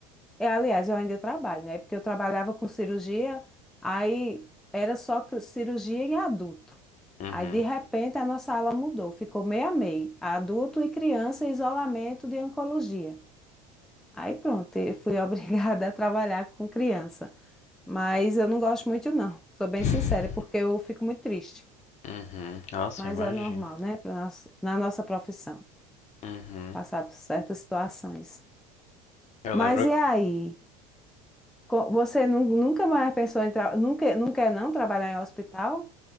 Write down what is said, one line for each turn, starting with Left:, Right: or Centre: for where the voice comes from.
Centre: É, aliás, eu ainda trabalho, né? Porque eu trabalhava com cirurgia, aí era só cr- cirurgia em adulto.
Left: Uhum.
Centre: Aí, de repente, a nossa ala mudou, ficou meio a meio, adulto e criança em isolamento de oncologia. Aí, pronto, eu fui <laughs> obrigada a trabalhar com criança. Mas eu não gosto muito, não, sou bem
Left: <laughs>
Centre: sincera, porque eu fico muito triste.
Left: Uhum. Nossa,
Centre: Mas
Left: eu imagino.
Centre: é normal, né? pra nossa- Na nossa profissão,
Left: Uhum.
Centre: passar por certas situações.
Left: Eu
Centre: Mas
Left: lembro
Centre: e aí? co- Você nu- nunca mais pensou em tra... nunca, não quer não trabalhar em hospital?